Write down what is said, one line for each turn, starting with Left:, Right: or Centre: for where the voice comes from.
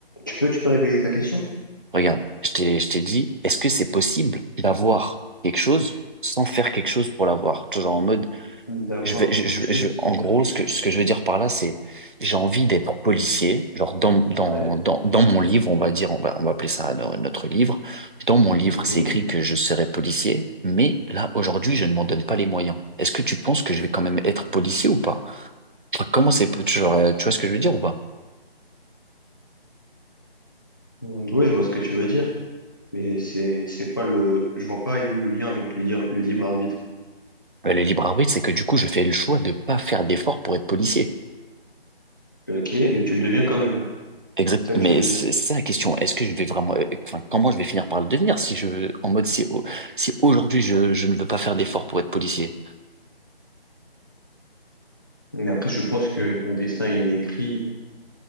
Left: Tu peux, tu peux révéler ta question?
Right: Regarde, je t'ai, je t'ai dit, est-ce que c'est possible d'avoir quelque chose sans faire quelque chose pour l'avoir? Tu vois, Genre, en mode,
Left: D'avoir
Right: je vais, je,
Left: quelque
Right: je-
Left: chose
Right: je-
Left: sans
Right: en
Left: faire
Right: gros,
Left: quelque
Right: ce
Left: chose
Right: que,
Left: pour...
Right: ce que je veux dire par là, c'est j'ai envie d'être policier. Genre dans, dans,
Left: Ouais.
Right: dans, dans mon livre, on va dire, on va, on va appeler ça no- notre livre. Dans mon livre,
Left: Mhm.
Right: c'est écrit que je serai policier, mais là, aujourd'hui, je ne m'en donne pas les moyens. Est-ce que tu penses que je vais quand même être policier ou pas? Enfin, Comment c'est, genre, euh, tu vois ce que je veux dire ou pas?
Left: Mm, Oui, je vois ce que tu veux dire, mais c'est c'est quoi le... Je vois pas, il est où le lien avec le, lire- le libre arbitre.
Right: Euh, Le libre arbitre, c'est que du coup, je fais le choix de pas faire d'efforts pour être policier.
Left: Ok, mais tu le deviens quand même,
Right: Exact,
Left: c'est ça que
Right: mais
Left: tu veux
Right: c'est
Left: dire.
Right: c'est ça la question. Est-ce que je vais vraiment, euh, enfin, comment je vais finir par le devenir si je, en mode, si, au- si aujourd'hui je, je ne veux pas faire d'efforts pour être policier?
Left: Mais après, je pense que ton dessin est écrit,